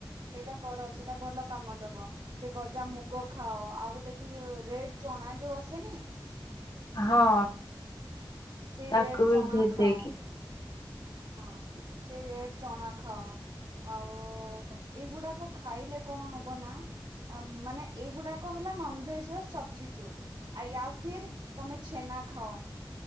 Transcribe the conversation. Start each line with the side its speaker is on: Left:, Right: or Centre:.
Right: ସେଇଟା କର ସେଇଟା ଭଲ କାମ ଦବ। ସେ ଗଜା ମୁଗ ଖାଅ ଆଉ ଗୋଟେ ଯୋଉ ରେଡ ଚଣା ଯୋଉ ଆସେନି?
Left: ହଁ
Right: ସେଇ
Left: ତାକୁ
Right: ରେଡ୍
Left: ବି
Right: ଚଣା
Left: ଭେଦେଇକି
Right: ଖାଅ। ହଁ ସେ ରେଡ୍‌ ଚଣା ଖାଅ। ଆଉ ଏଗୁଡ଼ାକ ଖାଇଲେ କଣ ହବ ନାଁ ଅ ମାନେ ଏଇ ଗୁଡ଼ାକ ହେଲା ନନଭେଜ୍ ର ସବଚିଚୁଡ୍‌। ଆ ୟା ଫିର ତମେ ଛେନା ଖାଅ।